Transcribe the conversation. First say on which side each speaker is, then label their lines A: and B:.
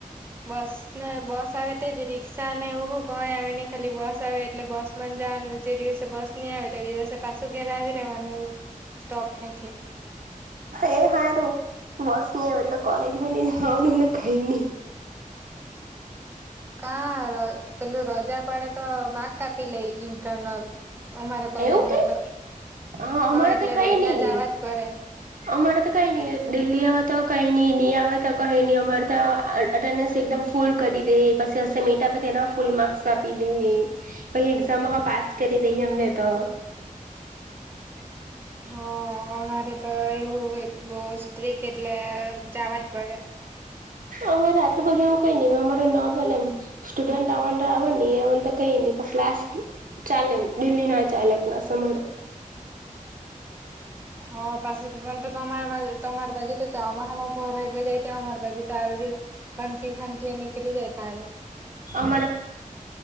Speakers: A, on the right (about 15°); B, on the right (about 75°).
A: બસ ને બસ આવે તેજ રીક્ષા ને એવું કોય આવે નહી ખાલી બસ આવે એટલે બસ માં જવાનું જે દિવસે બસ ની આવે તે દિવસે પાછું ઘેરે આવી રવાનું સ્ટોપ હૈથી
B: એ હારું બસ એટલે કોલેજમાં નનુંને ખઈ નહી.
A: હા પેલું રજા પડે તો માક આપપી લે ઇન્ટરનલ અમારા
B: એવું
A: કોલેજમાં
B: તે
A: તો
B: હા અમારા
A: એટલે
B: તો કઈ
A: રોજના
B: નઈ
A: જવા જ પડે
B: અમારા તો કઈ નઈ દિલ્હી આવવા તો કઈ નઈ નહી આવે તો કહી નહી અમારે ત્યા અટેન્ડન્સ એકદમ ફૂલ કરી દે પછી હ મટા પછી. એ ફૂલ માર્ક્સ આપી દે પછ એક્ઝામ પાસ કરી દઈ અમને તો <unintelligible>
A: હ અમારે તો એવું સ્ટ્રીક એટલે જવાજ પડે.
B: અમારે આટલું બધું એવું કઈ નહી અમારે નોર્મલ એમ સ્ટુડન્ટ આવ આવે એ ક ન ક્લાસ ચાલે દિલ્હી ના ચાલે ક્લાસ. <inaudible>
A: હ પાછથી પણ તો તમાર તમાર બાજે તો ચમામાં પરાઈવે જાય તો અર બાજ ત બજ ખનકી ખનકી એમ કરી જાય પા
B: અમા